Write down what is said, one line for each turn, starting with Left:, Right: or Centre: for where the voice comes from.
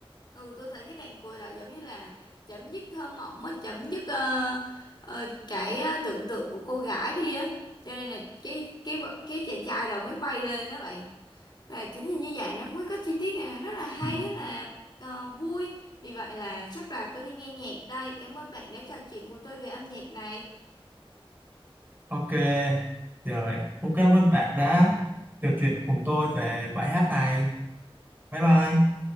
Left: Ừ, tôi thấy cái đàn cười đó giống như là chấm dứt thơ mộng á, chấm dứt ờ, ờ, cái ờ, tưởng tượng của cô gái đi á. Cho nên là cái cái vợ- cái chàng trai đó mới bay lên đó bạn. Và chính vì như vậy nó mới có chi tiết à, rất là hay,
Right: Ừ.
Left: rất là ờ, vui. Vì vậy là chắc là tôi đi nghe nhạc đây. Cảm ơn bạn đã trò chuyện cùng tôi về âm nhạc này.
Right: ok rồi cũng cảm ơn bạn đã trò chuyện cùng tôi về bài hát này Bye bye.